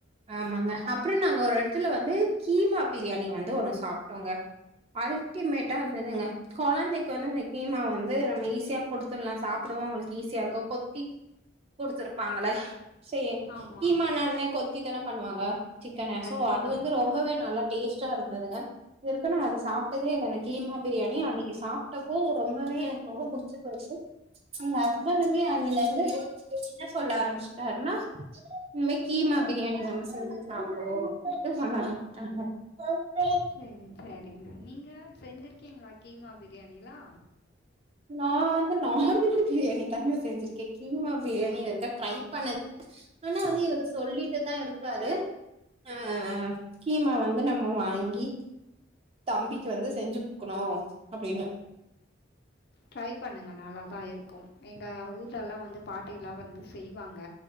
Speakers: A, on the right; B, on the left.
A: ஆமாங்க அப்றொ நாங்க ஒரு எடத்துல வந்து கீமா பிரியாணி வந்து ஒன்னு சாப்ட்டோங்க அல்டிமேட்டா இருந்ததுங்க கொழந்தை இப்ப வந்து அந்த கீமா வந்து நம்ம ஈஸியா கொடுத்துட்லா சாப்புடவு அவுங்களுக் ஈஸியா இருக்கு கொத்தி குடுத்துருப்பாங்கள சே
B: ஆமாம்
A: கீமானா என்ன கொத்தி தான பண்ணுவாங்க சிக்கன
B: கண்டிப்பாக
A: சோ அது வந்து ரொ ரொம்பவே நல்லா டேஸ்ட்டா இருந்ததுங்க இதுவ்ருக்கு நா அத சாப்ட்டதே இல்லங்க கீமா பிரியாணி அன்னக்கி சாப்ட்டப்போ ரொம்பவே எனக்கு ரொம்ப புடுச்சு போச்சு எங்க ஹஸ்பண்டுமே அதுல இருந்து என்ன சொல்ல ஆரம்பிச்ட்டாருனா இன்மே கீமா பிரியாணி நம்ம செஞ்சு சாப்டுவோ அப்டி சொல்ல ஆரமிச்ட்டாங்க சஸரி
B: சேரி சேரிங்க நீங்க செஞ்சிருக்கீங்களா கீமா பிரியாணிலா
A: நா வந்து நார்மல் பிரியாணி தாங்க செஞ்சிருக்கே கீமா பிரியாணி இது வருக்கு ட்ரை பண்ணது ஆனா அது இவரு சொல்லிட்டுதா இருக்காரு அ கீமா வந்து நம்ம வாங்கி தம்பிக்கு வந்து செஞ்சு குடுக்குணு அப்டின்னு
B: ட்ரை பண்ணுங்க நல்லா தா இருக்கு எங்க ஊர்லலா வந்து பாட்டில்லா வந்து செய்வாங்க